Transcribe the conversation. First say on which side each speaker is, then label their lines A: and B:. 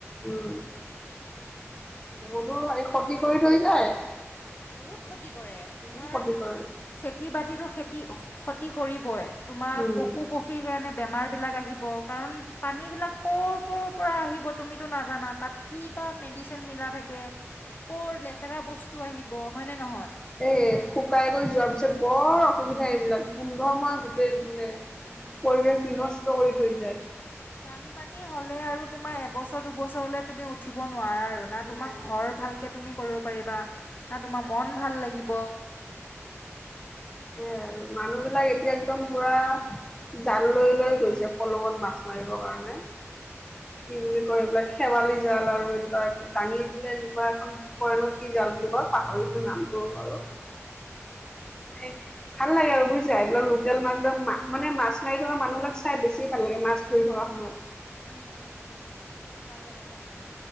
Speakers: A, on the left (about 15°); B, on the left (about 40°).
A: উম
B: তাকেতো
A: বহুতো হেৰি
B: মানে
A: ক্ষতি কৰি থৈ যায়।
B: বহুত ক্ষতি কৰে,
A: বহুত
B: তোমাৰ
A: ক্ষতি কৰে
B: খেতি বাতিতো খেতি ক্ষতি কৰিবই। তোমাৰ
A: উম
B: পশু- পক্ষীৰ কাৰণে বেমাৰ বিলাক আহিব কাৰণ পানী বিলাক কৰ পৰা আহিব তুমিতো নাজানা তাত কিবা মে দিচিন মিলা থাকে, কৰ লেতেৰা বস্তু আহিব হয় নে নহয়?
A: এ শুকাই কৰি যোৱাৰ পিছত বৰ অসুবিধ ধা এইবিলাক গোন্ধময়
B: বৰ অসুবিধা
A: গোটেই
B: ন
A: মানে
B: উম
A: পৰিৱেশ
B: মানে
A: বিনষ্ট কৰি থৈ যায়।
B: বানপানী হ'লে আৰু তোমাৰ এবছৰ দুবছৰ হলে তুমি উঠিব নোৱাৰা আৰু না তোমাৰ
A: নাই নাই
B: ঘৰ ভালকে তুমি কৰিব পাৰিবা, না তোমাৰ মন ভাল লাগিব।
A: এ আৰু মানুহবিলাক
B: হয় দিয়া।
A: এতিয়া একদম পোৰা জাল লৈ লৈ গৈছে খলঙত মাছ মাৰিব কাৰণে। কি বুলি কয় এইবিলাক খেৱালি জাল আৰু এনেকুৱা দাঙি বোলে এনেকুৱা এখন কৰে ন কি জাল বুলি কয় পাহৰিটো নামটো বাৰু।
B: অ', অ', অ', অ',
A: এক ভাল লাগে আৰু বুজিছা এইবিলাক লোকেল মাছ বিলাক মা মানে মাছ মাৰি থকা মানুহ বিলাক চাই বেছি ভাল লাগে মাছ ধৰি থকা সময়ত।
B: উম উম উম। ভাল লাগে ভাল লাগে